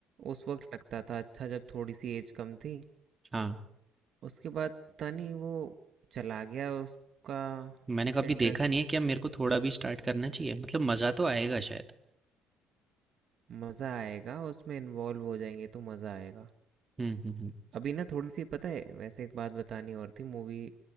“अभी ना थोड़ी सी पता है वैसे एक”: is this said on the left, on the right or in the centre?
Right